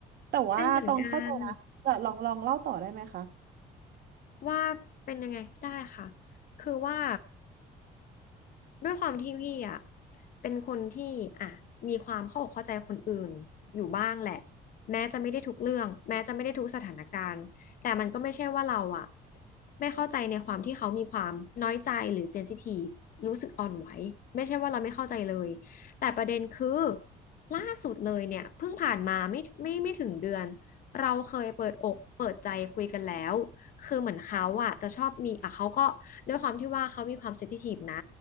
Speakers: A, on the right; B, on the left.
A: แต่ว่าตองเข้าใจนะเดีลองลองเล่าต่อได้ไหมคะ
B: เป็นเหมือนกันว่าเป็นยังไงได้ค่ะคือว่า ด้วยความที่พี่อ่ะเป็นคนที่อ่ะมีความเข้าอกเข้าใจคนอื่นอยู่บ้างแหละแม้จะไม่ได้ทุกเรื่องแม้จะไม่ได้ทุกสถานการณ์แต่มันก็ไม่ใช่ว่าเราอ่ะไม่เข้าใจในความที่เขามีความน้อยใจหรือเซนซิทีฟรู้สึกอ่อนไหวไม่ใช่ว่าเราไม่เข้าใจเลยแต่ประเด็นคือล่าสุดเลยเนี่ยเพิ่งผ่านมาไม่ไม่ไม่ถึงเดือนเราเคยเปิดอกเปิดใจคุยกันแล้วคือเหมือนเขาอะจะชอบมีอะเขาก็ด้วยความที่ว่าเขามีความเซนซิทีฟนะ